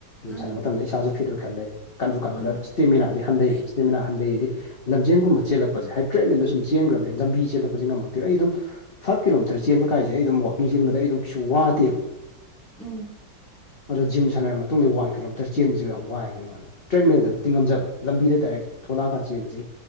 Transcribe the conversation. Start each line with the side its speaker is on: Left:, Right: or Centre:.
Left: ꯖꯤꯝ
Centre: ꯎꯝ
Left: ꯁꯥꯟꯅꯕ ꯃꯇꯝꯗ ꯏꯁꯥꯁꯨ ꯐꯤꯠ ꯑꯣꯏꯈꯠꯂꯦ꯫ ꯀꯥꯡꯖꯨ ꯀꯥꯡꯈꯠꯂ
Centre: ꯎꯝ
Left: ꯏꯁꯇꯦꯃꯤꯅꯥꯗꯤ ꯍꯟꯊꯩ ꯏꯁꯇꯦꯃꯤꯅꯥ ꯍꯟꯊꯩꯌꯦꯗꯤ꯫ ꯂꯝꯖꯦꯟꯒꯨꯝꯕ ꯆꯦꯜꯂꯛꯄꯦ ꯁꯦ ꯍꯥꯏꯐꯦꯠꯃꯤꯟꯗ ꯁꯨꯝ ꯆꯦꯟꯈ꯭ꯔꯕꯅꯤ ꯂꯝꯕꯤ ꯆꯦꯜꯂꯛꯄꯁꯦ ꯉꯝꯃꯛꯇꯦ ꯑꯩ ꯑꯗꯨꯝ꯫ ꯐꯥꯏꯚ ꯀꯤꯂꯣꯃꯤꯇꯔ ꯆꯦꯟꯕ ꯀꯥꯏꯁꯦ ꯑꯩ ꯑꯗꯨꯝ ꯋꯥꯋꯀꯤꯡ ꯆꯦꯟꯕꯗ ꯑꯩ ꯑꯗꯨꯝ ꯀꯩꯁꯨ ꯋꯥꯗꯦꯕ꯫
Centre: ꯎꯝ꯫
Left: ꯑꯗꯣ ꯖꯤꯝ ꯁꯥꯟꯅꯔꯕ ꯃꯇꯨꯡꯗ ꯋꯥꯟ ꯀꯤꯂꯣꯃꯤꯇꯔ ꯆꯦꯟꯕꯁꯨ ꯌꯥꯝ ꯋꯥꯏꯑꯕ ꯑꯩꯉꯣꯟꯗ꯫ ꯇ꯭ꯔꯦꯠꯃꯦꯜꯗꯕꯨꯗꯤ ꯉꯝꯖꯕ ꯂꯝꯕꯤꯗ ꯗꯥꯏꯔꯦꯛ ꯊꯣꯛꯣꯂꯛꯑꯀꯥꯟ ꯆꯦꯟꯕꯁ